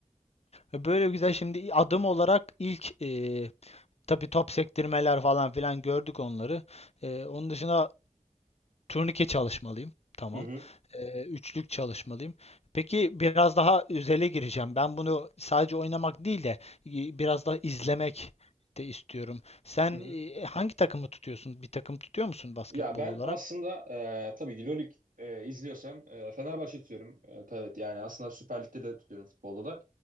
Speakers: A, on the left; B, on the right.
A: Böyle güzel şimdi adım olarak ilk e, tabii top sektirmeler falan filan gördük onları. E, onun dışında Turnike çalışmalıyım. Tamam.
B: Hı hı.
A: Ee, üçlük çalışmalıyım. Peki biraz daha özele gireceğim. Ben bunu sadece oynamak değil de e, biraz daha izlemek de istiyorum. Sen
B: Hı hı.
A: e, hangi takımı tutuyorsun? Bir takım tutuyor musun basketbol
B: Ya ben
A: olarak?
B: aslında e, tabii ki LoL Lig, e, izliyorsam e, Fenerbahçe tutuyorum. E, tabii yani aslında Süper Lig'de de tutuyorum futbolda da.